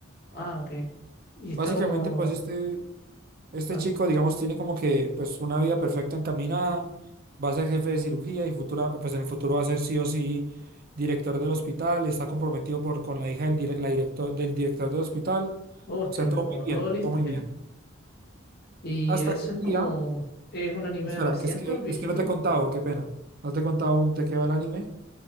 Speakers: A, on the left (about 50°); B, on the right (about 45°).
A: Ah, ok. Y está
B: Básicamente,
A: como.
B: pues este, este
A: am-
B: chico, digamos, tiene como que pues una vida perfecta encaminada, va a ser jefe de cirugía y futura, pues en el futuro va a ser sí o sí director del hospital, está comprometido por, con la hija del, dire- la director, del director del hospital. O
A: Oh, tiene
B: sea, todo
A: como
B: muy bien,
A: todo listo
B: todo muy
A: ya.
B: bien.
A: Y
B: Hasta
A: eso
B: que un
A: es como.
B: día...
A: ¿Es un anime
B: Espera,
A: reciente
B: que es que
A: o es viejito?
B: es que no te he contado, qué pena. No te he contado aún de qué va el anime.